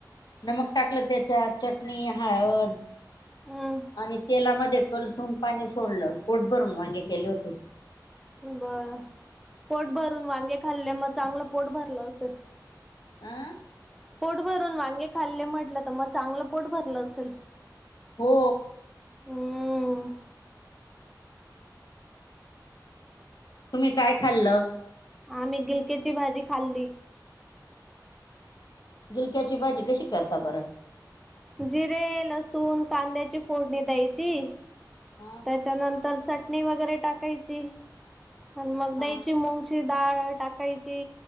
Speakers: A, on the left; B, in the centre.
A: नमक टाकलं त्याच्या चटणी हळद
B: हं.
A: आणि तेलामध्ये कलसून पाणी सोडलं पोट भरून वांगे केले होते
B: बरं पोट भरून वांगे खाल्ले मग चांगलं पोट भरलं असेल
A: आं
B: पोट भरून वांगे खाल्ले म्हटलं तर मग चांगलं पोट भरलं असेल
A: हो
B: हम्म.
A: तुम्ही काय खाल्लं?
B: आम्ही गिलकेची भाजी खाल्ली
A: झुलक्याची भाजी कशी करता बरं?
B: जिरे लसूण कांद्याची फोडणी द्यायची.
A: हा
B: त्याच्यानंतर चटणी वगैरे टाकायची आणि मग द्यायची
A: हा
B: <unintelligible> ती डाळ टाकायची